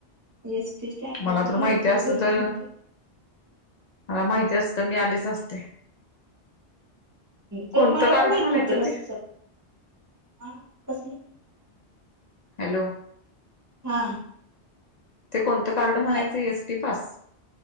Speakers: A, on the right; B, on the left.
A: एस टी स्टँडला
B: मला तर
A: भरपूर
B: माहिती असत
A: गर्दी
B: तर
A: होती.
B: मला माहिती अस, तर मी आलेच असते.
A: तर
B: कोणतं
A: मला
B: कार्ड
A: पण माहित
B: म्हणायचं
A: नव्हतं कस,
B: ते
A: स हा कसली,
B: हॅलो..
A: हा...
B: ते कोणतं कार्ड म्हणायचं,
A: हा
B: एसटी पास.